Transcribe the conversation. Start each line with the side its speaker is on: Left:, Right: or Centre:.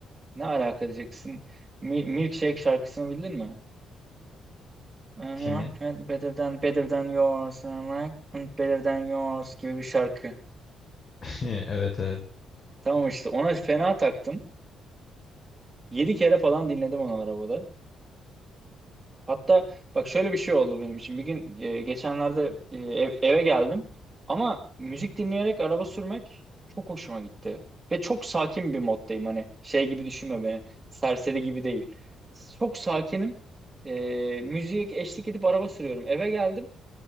Right: Ne alaka diyeceksin? Mi- Milkshake şarkısını bildin mi? And
Left: Kimin?
Right: Your better than better than yours and like and better than yours gibi bir şarkı.
Left: <laughs> Evet evet.
Right: Tamam işte ona fena taktım. 7 kere falan dinledim onu arabada. Hatta bak şöyle bir şey oldu benim için. Bir gün e, geçenlerde e, ev- eve geldim ama müzik dinleyerek araba sürmek çok hoşuma gitti. Ve çok sakin bir moddayım. Hani şey gibi düşünme beni. Serseri gibi değil. Çok sakinim. E, müziğe eşlik edip araba sürüyorum. Eve geldim